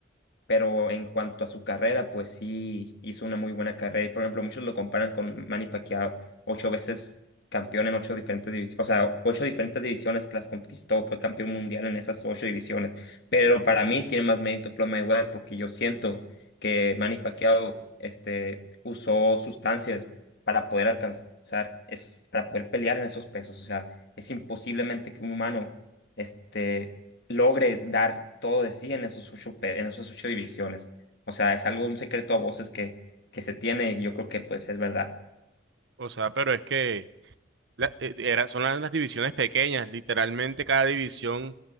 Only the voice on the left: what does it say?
pero en cuanto a su carrera, pues sí hizo una muy buena carrera. Y por ejemplo, muchos lo comparan con Manny Pacquiao, ocho veces campeón en ocho diferentes divisiones, o sea, ocho diferentes divisiones que las conquistó, fue campeón mundial en esas ocho divisiones. Pero para mí tiene más mérito Floyd Mayweather porque yo siento que Manny Pacquiao este, usó sustancias para poder alcanzar, es, para poder pelear en esos pesos. O sea, es imposiblemente que un humano este, logre dar todo de sí en esos ocho, pe- en esos ocho divisiones. O sea, es algo, un secreto a voces que, que se tiene y yo creo que pues es verdad.